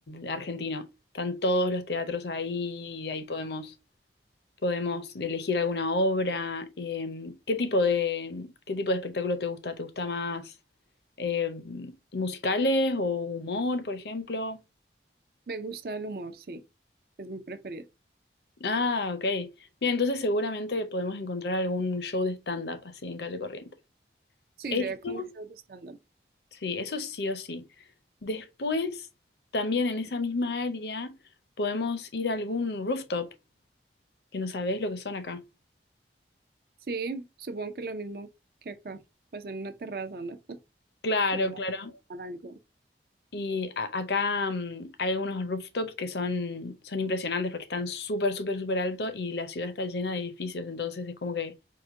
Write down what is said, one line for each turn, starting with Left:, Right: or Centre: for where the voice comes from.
Left: argentino. Están todos los teatros ahí y ahí podemos, podemos elegir alguna obra. Eh, ¿qué tipo de, qué tipo de espectáculo te gusta? ¿Te gusta más eh, musicales o humor, por ejemplo?
Right: me gusta el humor, sí. Es mi preferida.
Left: Ah, ok. Bien, entonces seguramente podemos encontrar algún show de stand-up así en calle Corrientes.
Right: Sí,
Left: Eso
Right: sería como un show de stand-up.
Left: Sí, eso sí o sí. Después, también en esa misma área, podemos ir a algún rooftop, que no sabés lo que son acá.
Right: Sí, supongo que lo mismo que acá, pues en una terraza, ¿no? <laughs>
Left: Claro,
Right: Como para
Left: claro.
Right: para algo.
Left: Y a- acá mm, hay algunos rooftops que son, son impresionantes porque están súper, súper, súper alto y la ciudad está llena de edificios, entonces es como que